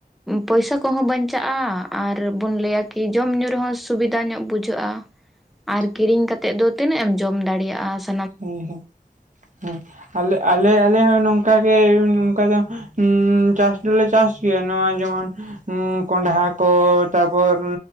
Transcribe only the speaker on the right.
ᱻ
ᱦᱩᱸ ᱦᱩᱸ ᱦᱩᱸ ᱟᱞᱮ ᱟᱞᱮ ᱟᱞᱮ ᱦᱚᱸ ᱱᱚᱝᱠᱟ ᱜᱮ ᱱᱚᱝᱠᱟ ᱫᱚ ᱦᱩᱸ ᱪᱟᱥ ᱫᱚᱞᱮ ᱪᱟᱥ ᱜᱮᱭᱟ ᱱᱚᱣᱟ ᱡᱮᱢᱚᱱ ᱦᱩ ᱠᱚᱸᱰᱷᱟᱦᱟ ᱠᱚ ᱛᱟᱨᱯᱚᱨ